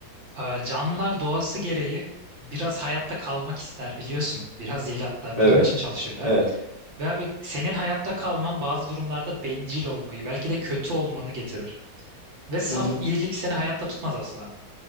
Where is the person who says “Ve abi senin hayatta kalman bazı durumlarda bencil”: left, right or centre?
Right